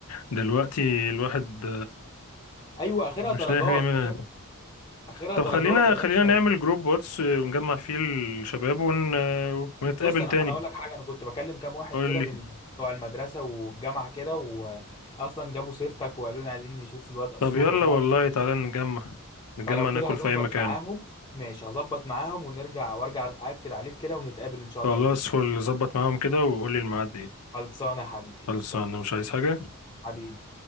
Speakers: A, on the left; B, on the left.
A: دلوقتي الواحد
B: ايوه اخرها
A: مش
B: درجات
A: لاقي حاجه يعملها
B: فاهم اخرها
A: طب
B: درجات
A: خلينا
B: يا باشا
A: خلينا نعمل جروب واتس ونجمع فيه الشباب ون... ونتقابل
B: بص انا
A: تاني
B: انا اقول لك حاجه انا كنت بكلم كام واحد
A: قول
B: كده
A: لي
B: من بتوع المدرسه والجامعه كده واصلا جابوا سيرتك وقالوا لي عايزين نشوف الواد قصور
A: طب يلا
B: ونقعد
A: والله تعالى نجمع نجمع
B: فلو
A: ناكل
B: كده هظبط
A: في اي مكان
B: معاهم ماشي هظبط معاهم ونرجع وارجع أأكد عليك كده ونتقابل إن شاء
A: خلاص
B: الله قريب
A: فل ظبط معاهم كده وقول لي الميعاد ايه
B: خلصانة يا حبيبي
A: خلصان
B: قشطات
A: انا مش عايز حاجة
B: حبيبي